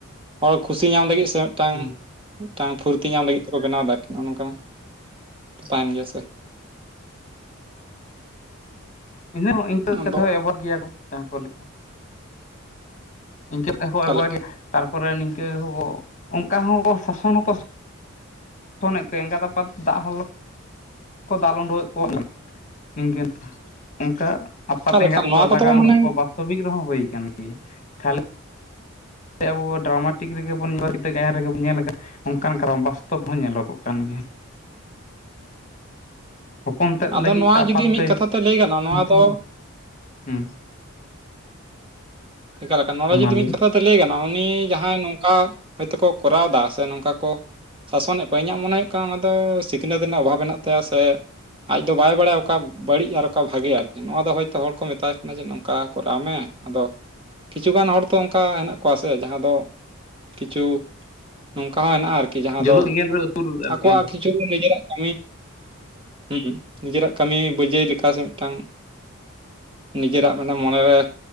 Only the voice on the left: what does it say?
ᱦᱩᱸ
ᱦᱮᱸᱫᱟ ᱦᱚᱸ ᱤᱱᱠᱟᱹ
ᱠᱟᱛᱷᱟ ᱦᱚᱸ ᱚᱵᱷᱚᱨ ᱜᱮᱭᱟ ᱠᱚ ᱡᱟᱦᱟᱸ ᱠᱚ ᱞᱮᱠᱟ ᱤᱱᱠᱟᱹ ᱛᱮᱠᱚ
ᱮᱵᱣᱟ ᱜᱮ ᱛᱟᱨᱯᱚᱨᱮ ᱱᱤᱝᱠᱟᱹ ᱚᱱᱠᱟ ᱦᱚᱸ ᱥᱟᱥᱚᱱ ᱦᱚᱸᱠᱚ ᱯᱷᱳᱱ ᱮᱫ ᱠᱚᱣᱟ ᱮᱜᱟᱛ ᱯᱟ ᱫᱟᱜ ᱦᱚ ᱠᱚ ᱫᱟᱞ ᱩᱰᱩᱠ ᱠᱮ ᱠᱚᱣᱟ ᱱᱤᱝᱠᱟᱹ ᱚᱱᱠᱟ ᱟᱯᱟᱛ
ᱮᱸᱜᱟᱛ
ᱠᱚ
ᱞᱟᱜᱟ ᱩᱰᱩᱠ
ᱠᱚ ᱵᱟᱥᱛᱚᱵᱤᱠ ᱨᱮᱦᱚᱸ ᱦᱩᱭ ᱟᱠᱟᱱ ᱜᱮᱭᱟ᱾ ᱠᱷᱟᱹᱞᱤ ᱟᱵᱚ ᱰᱨᱟᱢᱟᱴᱤᱠ ᱨᱮᱜᱮ ᱵᱚᱱ ᱧᱮᱞ ᱜᱟᱭᱟᱱ ᱨᱮᱜᱮ ᱵᱚᱱ ᱧᱮᱞ ᱟᱠᱟᱫᱟᱹ ᱚᱱᱠᱟᱱ ᱠᱟᱨᱚᱱ ᱵᱟᱥᱛᱚᱵ ᱦᱚᱸ ᱧᱮᱞᱚᱜᱚᱜ ᱠᱟᱱ ᱜᱮᱭᱟ᱾ ᱦᱚᱯᱚᱱ ᱛᱮᱫ
ᱞᱟᱹᱜᱤᱫ
ᱛᱮ ᱟᱯᱟᱛ
ᱛᱮᱫ
<unintelligible>
ᱦᱩᱸ
ᱢᱟ ᱞᱟᱹᱭ
ᱢᱮ᱾
ᱡᱩᱞᱩᱜ
ᱜᱮᱞ ᱨᱮ ᱩᱥᱩᱞ ᱟᱨᱠᱤ